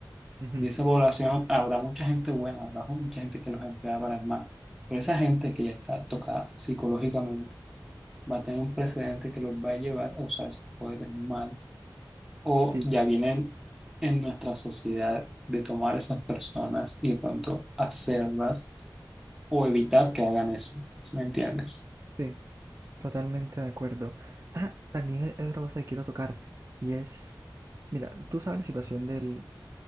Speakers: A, on the right; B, in the centre.
A: Ujú.
B: de esa población habrá mucha gente buena, habrá mucha gente que los emplea para el mal. Pero esa gente que ya está tocada psicológicamente va a tener un precedente que los va a llevar a usar sus poderes mal. O
A: Sí,
B: ya vienen en nuestra sociedad de tomar esas personas y de pronto hacerlas o evitar que hagan eso. ¿Sí me entiendes?
A: sí, totalmente de acuerdo. Ah, también hay hay otra cosa que quiero tocar y es, mira, tú sabes la situación del,